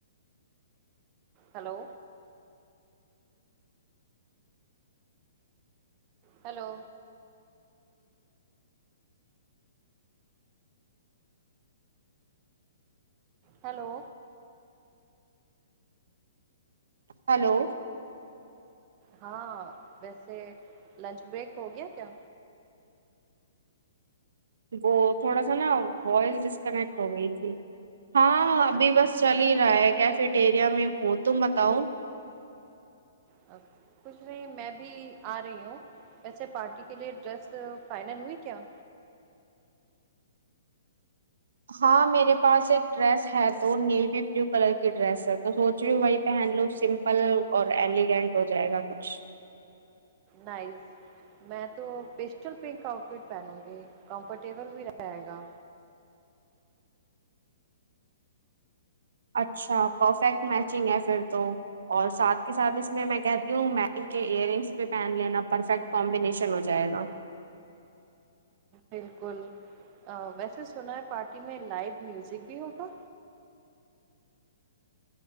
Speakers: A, on the right (about 20°); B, on the right (about 70°).
A: ہیلو ہیلو ہیلو
B: ہیلو
A: ہاں ویسے لنچ بریک ہو گیا کیا
B: وہ تھوڑا سا نا وائس دیس کنیکٹ ہو گئی تھی ہاں ابھی
A: اچھا
B: بس
A: اچھا
B: چل رہا ہے کیفیٹیریا میں ہو تم بتاؤ
A: ا کچھ نہیں میں بھی آ رہی ہوں وییسے پارٹی کے لیے ڈریس فائنل ہوئی کیا
B: ہاں میرے پاس ایک ڈریس ہے تو نیوی بلو کلر کی ڈریس ہے تو سوچ رہی ہوں بی پہن لو سم پل اور ایلیگینٹ ہو جائے گا کچھ
A: نیس میں تو پسٹل پنک آؤٹ فٹ پہنوں گی کمفرٹیبل بھی رہے گا
B: اچھا پرفیکٹ میچنگ ہے پھر تو اور ساتھ کے ساتھ اس میں کہتی ہوں مم کے ایئر رنگس بھی پہن لینا پرفیکٹ کمبینیشن ہو جائے گا
A: بالکل ویسے سنا ہے پارٹی میں لائیو میوزک بھی ہوگا